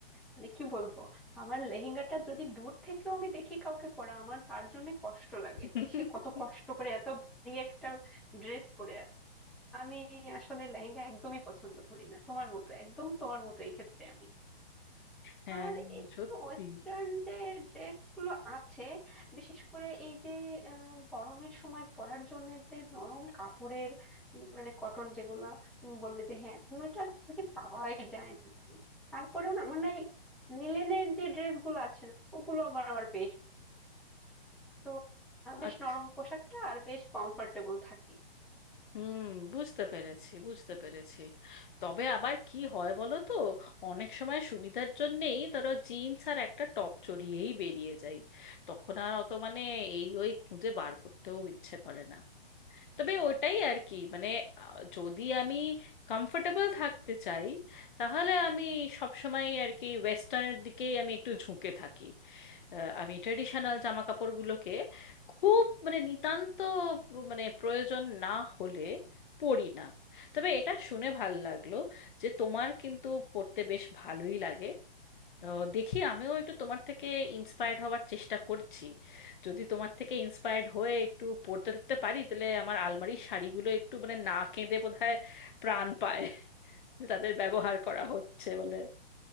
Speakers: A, in the centre; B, on the left.
A: মানে কি বলবো আমার লেহেঙ্গাটা যদি দূর থেকেও আমি দেখি কাউকে পরা আমার তার জন্য কষ্ট লাগে
B: <laughs>
A: যে সে কত কষ্ট করে এত ভারী একটা ড্রেস পরে আছে আমি আসলে লেহেঙ্গা একদমই পছন্দ করি না তোমার মতো একদম তোমার মতো এই ক্ষেত্রে আমি
B: হ্যাঁ
A: আর একটু
B: সত্যি
A: ওয়েস্টার্ন যে ড্রেস গুলো আছে বিশেষ করে এই যে আহ, গরমের সময় পরার জন্য যে নরম কাপড়ের উম, মানে কটন যেগুলো তুমি বললে যে হ্যাঁ ওটা কি পাওয়াই যায় না তেমন তারপরেও না আমার না এই লিলেনের যে ড্রেস গুলো আছে না ওগুলো আমার আবার বেশ একটু আহ, বেশ
B: আচ্ছা
A: নরম পোশাকটা আর বেশ কমফোর্টেবল থাকে
B: হুম বুঝতে পেরেছি বুঝতে পেরেছি তবে আবার কি হয় বলো তো অনেক সময় সুবিধার জন্যেই ধরো জিন্স আর একটা টপ চড়িয়েই বেরিয়ে যাই তখন আর অত মানে এই ওই খুঁজে বার করতেও ইচ্ছে করে না তবে ওটাই আর কি মানে আহ, যদি আমি কমফোর্টেবল থাকতে চাই তাহলে আমি সব সময় আর কি ওয়েস্টার্নের দিকেই আমি একটু ঝুঁকে থাকি আহ, আমি ট্রেডিশনাল জামা কাপড়গুলোকে খুব মানে নিতান্ত মানে প্রয়োজন না হলে পরি না তবে এটা শুনে ভাল লাগলো যে তোমার কিন্তু পড়তে বেশ ভালোই লাগে আহ, দেখি আমিও একটু তোমার থেকে ইন্সপায়ার্ড হওয়ার চেষ্টা করছি যদি তোমার থেকে ইন্সপায়ার্ড হয়ে একটু পড়তে টরতে পারি তাহলে আমার আলমারির শাড়িগুলো একটু মানে না কেঁদে বোধহয় প্রাণ পায় <laughs> যে তাদের ব্যবহার করা হচ্ছে বলে